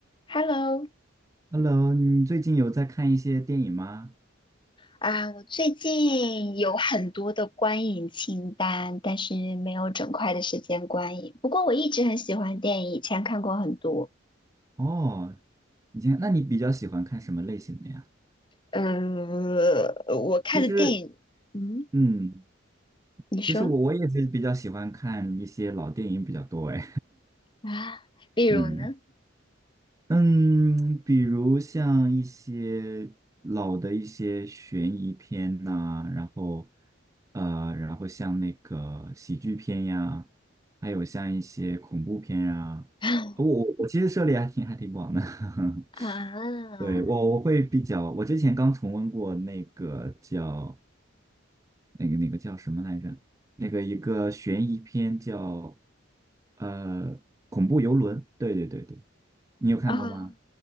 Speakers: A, on the left; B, on the right.
A: Hello，
B: Hello，你最近有在看一些电影吗？
A: 啊，我最近有很多的观影清单，但是没有整块的时间观影。不过我一直很喜欢电影，以前看过很多。
B: 哦，以前，那你比较喜欢看什么类型的呀？
A: 嗯，我看的电影，
B: 其实，
A: 嗯，
B: 嗯，
A: 你说
B: 其实我我也是比较喜欢看一些老电影比较多哎，
A: 啊，
B: <laughs>
A: 比如呢？
B: 嗯嗯，比如像一些老的一些悬疑片呐、然后呃，然后像那个喜剧片呀，还有像一些恐怖片呀，
A: <laughs>
B: 我我我其实涉猎还挺还挺广的，<laughs>
A: 啊
B: 对，我我会比较，我之前刚重温过那个叫那个那个叫什么来着？那个一个悬疑片叫呃恐怖游轮，对对对对，你有看过吗？
A: 啊，